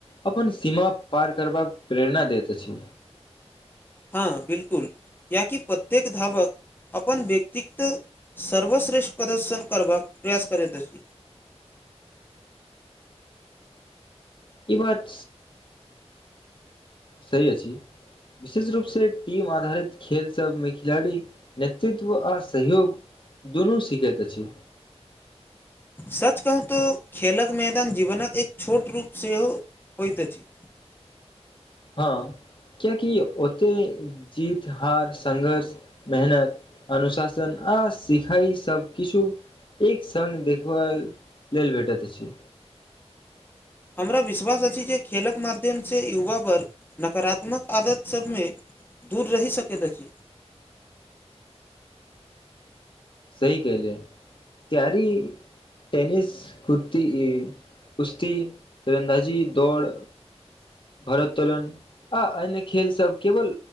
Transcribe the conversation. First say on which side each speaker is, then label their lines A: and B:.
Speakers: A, on the left; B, on the left.
A: अपन सीमा पार करबाक प्रेरणा दैत अछि
B: हँ बिल्कुल या की प्रत्येक धावक अपन व्यक्तिक्त सर्वश्रेष्ठ प्रदर्शन करबाक प्रयास करैत अछि
A: ई बात सही अछि विशेष रूपसँ टीम आधारित खेल सब मे खिलाड़ी नेतृत्व आ सहयोग दुनू सीखैत अछि
B: सच कहू तऽ खेलक मैदान जीवनक एक छोट रूप सेहो होइत अछि
A: हँ कियकि ओते जीत हार संघर्ष मेहनत अनुशासन आ सिखाइ सबकछु एक सङ्ग देखबऽ लेल भेटैत अछि
B: हमरा विश्वास अछि जे खेलक माध्यमसँ युवा वर्ग नकारात्मक आदत सभमे दूर रहि सकैत छी
A: सही क ले कैरी टेनिस कुत्तती ई कुश्ती तरन्दाजी दौड़ भरोत्तोलन आ अन्य खेलसभ केवल